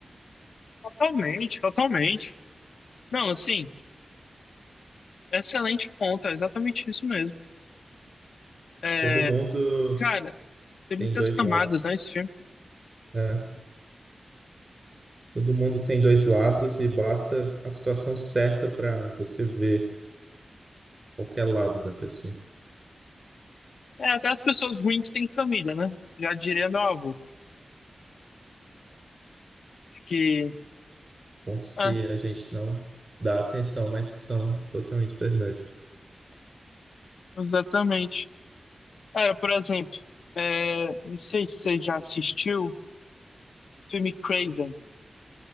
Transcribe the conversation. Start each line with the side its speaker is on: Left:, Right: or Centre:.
Left: totalmente, totalmente. Não, assim, excelente ponto. É exatamente isso mesmo. É,
Right: Todo mundo
Left: cara, tem
Right: tem
Left: muitas
Right: dois
Left: camadas,
Right: lados,
Left: né, esse filme.
Right: né? Todo mundo tem dois lados e basta a situação certa para você ver qualquer lado da pessoa.
Left: É, até as pessoas ruins têm família, né? Já diria meu avô. Que,
Right: pontos que
Left: é,
Right: a gente não dá atenção, mas que são totalmente verdade.
Left: exatamente. Cara, por exemplo, é, não sei se você já assistiu o filme Craven.